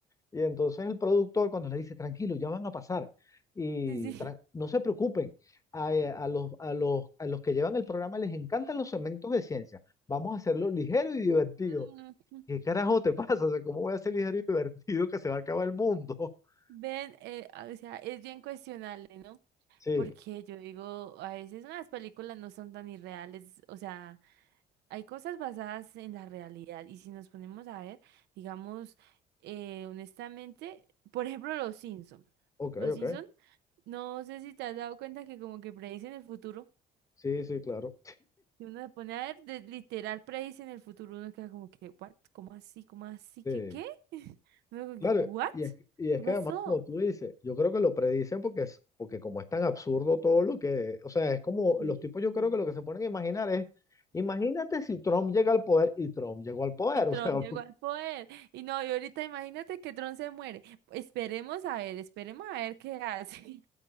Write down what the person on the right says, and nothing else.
sí, sí.
<laughs>
Mm,
Ven, eh, ah, o sea, es bien cuestionable, ¿no?
Porque yo digo, a veces las películas no son tan irreales, o sea, hay cosas basadas en la realidad y si nos ponemos a ver, digamos, eh, honestamente, por ejemplo, Los Simpson.
Los
Simpson, no sé si te has dado cuenta que como que predicen el futuro.
Y uno se pone a ver, de- literal, predice en el futuro, uno queda como que, ¿what? ¿Cómo así? ¿Cómo así?
¿Qué qué? <laughs> Uno como
que, ¿what?
¿Qué
pasó?
Sí,
sí.
Y Tron
llegó al poder. Y no, y ahorita imagínate que Tron se muere. Esperemos a ver, esperemos a ver qué hace.